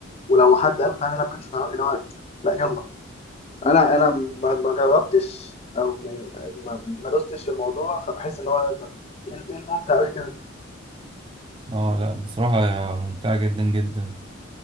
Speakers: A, on the left; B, on the right.
A: ولو حد قال له تعالى نلعب كده شطرنج اللي هو لا يلا انا انا ما ما جربتش او ما ما ما دوستش في الموضوع فبحس ان هو طب ايه إيه الممتع قوي كده
B: اه لا بصراحة هي ممتعة جدا جدا